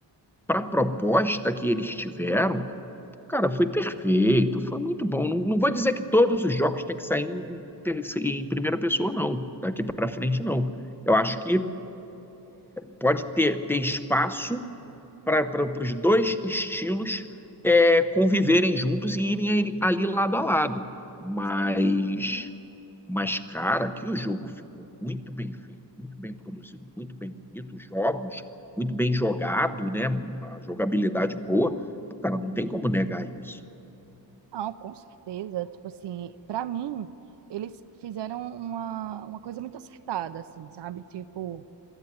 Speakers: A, in the centre; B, on the right.
A: para a proposta que eles tiveram, Cara, foi perfeito, foi muito bom. Não, não vou dizer que todos os jogos têm que sair em, ter- em primeira pessoa, não. Daqui para frente, não. Eu acho que pode ter, ter espaço para os dois estilos é, conviverem juntos e irem ali ali lado a lado. Mas,
B: sem dúvida.
A: mas, cara, que o jogo ficou muito bem feito, muito bem produzido, muito bem bonito, os jogos, muito bem jogado, né? Uma jogabilidade boa. Cara, não tem como negar isso.
B: Não, com certeza. Tipo assim, pra mim, eles fizeram uma, uma coisa muito acertada, assim, sabe? Tipo,